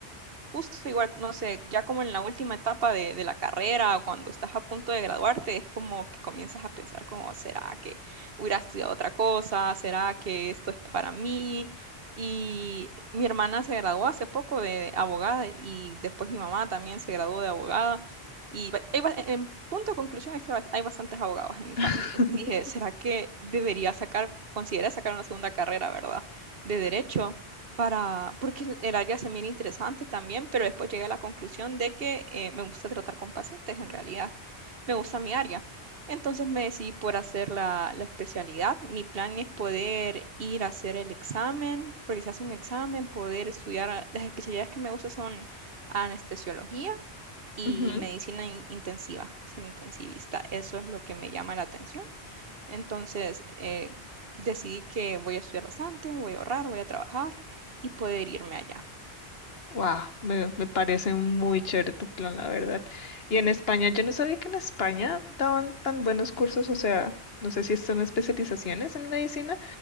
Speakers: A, on the right; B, on the left.
A: justo igual, no sé, ya como en la última etapa de, de la carrera, o cuando estás a punto de graduarte, es como que comienzas a pensar como, ¿será que hubiera estudiado otra cosa? ¿Será que esto es para mí? Y mi hermana se graduó hace poco de abogada y después mi mamá también se graduó de abogada. Y ba- hay ba- en punto de conclusión es que ba- hay bastantes abogados en mi
B: <laughs>
A: familia. Y dije, ¿será que debería sacar, considera sacar una segunda carrera, ¿verdad? De derecho para, porque el el área se mira interesante también, pero después llegué a la conclusión de que eh, me gusta tratar con pacientes, en realidad me gusta mi área. Entonces me decidí por hacer la, la especialidad. Mi plan es poder ir a hacer el examen, porque se hace un examen, poder estudiar. a- Las especialidades que me gustan son anestesiología y
B: Ujú.
A: medicina in- intensiva, ser intensivista. Eso es lo que me llama la atención. Entonces, eh, decidí que voy a estudiar bastante, voy a ahorrar, voy a trabajar y poder irme allá.
B: Wow, me, me parece muy chévere tu plan, la verdad. Y en España, yo no sabía que en España daban tan buenos cursos, o sea, no sé si son especializaciones en medicina.